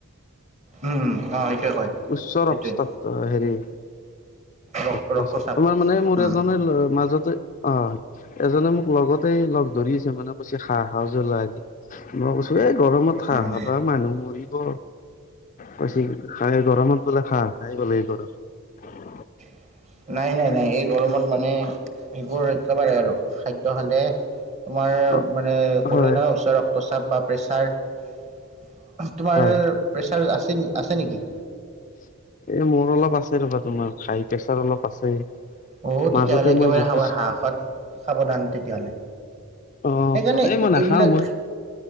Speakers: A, on the right; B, on the left.
A: উম উম অ সেইটোৱে কয়
B: উচ্চ
A: সেইটোৱে
B: ৰক্ষ্টপদ হেৰি
A: ৰক্ত
B: <unintelligible>
A: ৰক্তচাপ
B: তোমাৰ মানে মোৰ
A: উম
B: এজন মাজতে অ'। এজনে মোক লগতে লগ ধৰিছে মানে কৈছে হাঁহ খাওঁ যদি লৈ আহিবি। মই কৈছো এ গৰমত হাঁহ
A: উম
B: খাবা মানুহ মৰিব। কৈছে হাঁহ এই গৰমত বোলে হাঁহ <unintelligible>
A: <inaudible> নাই-নাই-নাই এই গৰমত মানে সেইবোৰ একেবাৰে আৰু খাদ্য খালে তোমাৰ
B: খা অ
A: মানে ক'লো
B: হয়
A: নহয় উচ্চ ৰক্তচাপ বা প্ৰেছাৰ তোমাৰ
B: হয়
A: প্ৰেচাৰ আছে-আছে নেকি?
B: এ, মোৰ অলপ আছে ৰ'বা তোমাৰ হাই প্ৰেছাৰ অলপ আছে।
A: অঔ
B: মাজতে
A: তেতিয়াহ'লে একেবাৰে
B: মই জুখিছো
A: হাঁহ খোৱা ত সাৱধান তেতিয়াহ'লে।
B: অ
A: সেইকাৰণে,
B: মানে মই নাখাও
A: এইবিলাক
B: মই